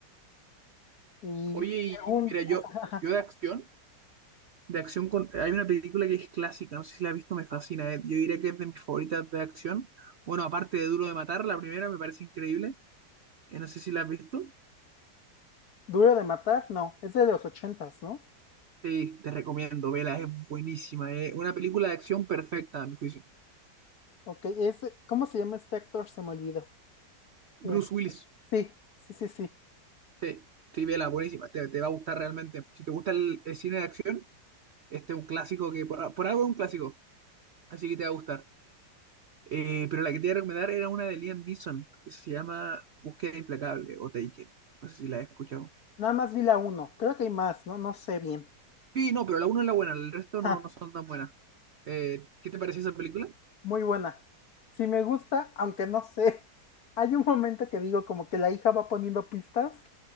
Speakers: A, on the left; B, on the right.
A: Y
B: Oye, y
A: según
B: mira, yo,
A: <laughs>
B: yo de acción, de acción con, hay una película que es clásica, no sé si la has visto, me fascina. eh. Yo diría que es de mis favoritas de acción. Bueno, aparte de Duro de Matar, la primera me parece increíble. Eh, no sé si la has visto.
A: Duro de matar, no, es de los ochentas, ¿no?
B: Sí, te recomiendo, vela, es buenísima. Es una película de acción perfecta, a mi juicio.
A: Ok, es, ¿cómo se llama este actor? Se me olvidó.
B: Bruce
A: Eh,
B: Willis,
A: sí, sí, sí, sí.
B: sí, sí, vela, buenísima. Te, te va a gustar realmente. Si te gusta el, el cine de acción, este es un clásico que, por, por algo es un clásico, así que te va a gustar. Eh, pero la que te iba a recomendar era una de Liam Neeson, que se llama Búsqueda Implacable o Taken. No sé si la has escuchado.
A: Nada más vi la uno, creo que hay más, ¿no? No sé bien.
B: Sí, no, pero la una es la buena, el resto
A: Ja,
B: no, no son tan buenas. Eh, ¿qué te parece esa película?
A: muy buena. Sí me gusta, aunque no sé. <laughs> Hay un momento que digo como que la hija va poniendo pistas,